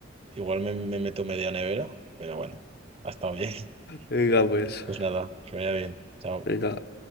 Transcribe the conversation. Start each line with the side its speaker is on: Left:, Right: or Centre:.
Right: Igual me, me meto media nevera, pero bueno, ha estado bien. <laughs>
Left: Venga, pues.
Right: Pues nada, que vaya bien. Chao.
Left: Venga.